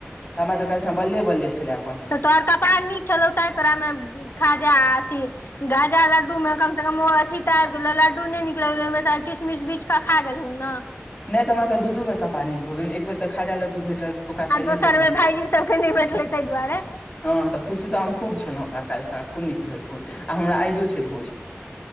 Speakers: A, on the left (about 25°); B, on the left (about 55°).
A: हमरा तऽ कलखुना बले बले छलै अपन
B: तोड़का पान <unintelligible> चल होता है तोरामे खाजा अथी <unintelligible> गाजा लड्डूमे कमसँ कम ओ अथी आबि गेलहु लड्डू नहि नीक लगलै ओहिमे किसमिश बिछ कऽ खा गेलहुँ ने
A: नहि तऽ हमरा सभ दू दू बेर कापड़ नीक भ गेल एक बेर तऽ खाज लडडु भेटल ओकरा सबके
B: आ
A: नहि
B: दोसर
A: भेटलै
B: बे भाईजी सबके नहि भेठले तय दुआरे
A: हँ तऽ खुशी तऽ हम खूब छलहुँ हमरा काल्हि खना खूब नीक भेल भोज आ हमरा आइो छै भोज '